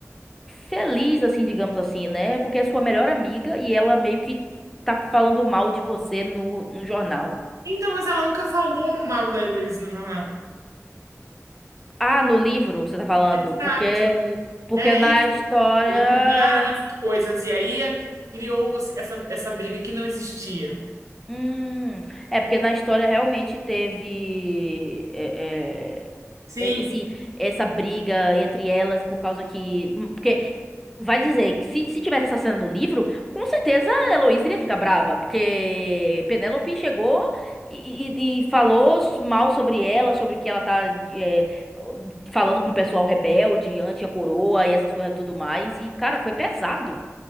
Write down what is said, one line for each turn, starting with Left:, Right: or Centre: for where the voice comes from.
Centre: feliz, assim, digamos assim, né? Porque é sua melhor amiga e ela meio que tá falando mal de você no, no jornal.
Right: Então, mas ela nunca falou mal da Heloísa no jornal.
Centre: Ah, no livro, você tá falando?
Right: Exato.
Centre: Porque, porque
Right: É
Centre: na
Right: isso.
Centre: história.
Right: Eles mudaram essas coisas e aí criou essa, essa briga que não existia.
Centre: Hum, é porque na história realmente teve. É,
Right: Sim,
Centre: é, é, esse, essa briga entre elas por causa que. hum, Porque vai dizer que se, se tivesse essa cena no livro, com certeza a Heloísa iria ficar brava. Porque Penélope chegou e, e- e falou mal sobre ela, sobre que ela tá é, falando com o pessoal rebelde, anti a coroa e essas coisas tudo mais. E, cara, foi pesado.